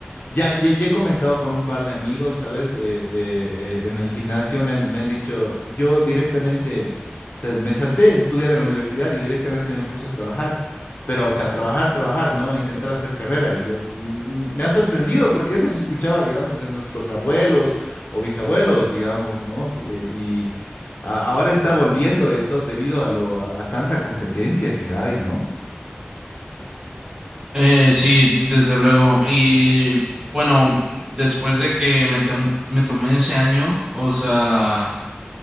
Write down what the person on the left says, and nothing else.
ya, ya, ya he comentado con un par de amigos, ¿sabes? Eh, eh, eh, en el gimnasio me han, me han dicho, yo directamente, o sea, me salté a estudiar en la universidad y directamente me puse a trabajar. Pero, o sea, trabajar, trabajar, ¿no? A intentar hacer carrera. Y yo, mm, me ha sorprendido porque eso se escuchaba, digamos, de nuestros abuelos o bisabuelos, digamos, ¿no? Que- y a- ahora está volviendo eso debido a lo, a a tanta competencia que hay, ¿no?